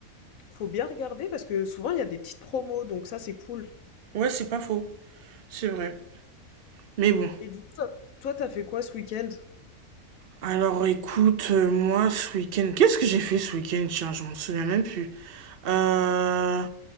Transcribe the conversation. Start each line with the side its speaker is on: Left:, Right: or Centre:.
Left: faut bien regarder parce que souvent, il y a des petites promos. Donc, ça, c'est cool.
Right: Ouais, c'est pas faux. C'est vrai. Mais bon.
Left: Et du coup, toi, toi, t'as fait quoi ce week-end?
Right: Alors, écoute, euh, moi, ce week-end... Qu'est-ce que j'ai fait ce week-end? Tiens, je m'en souviens même plus. Euh...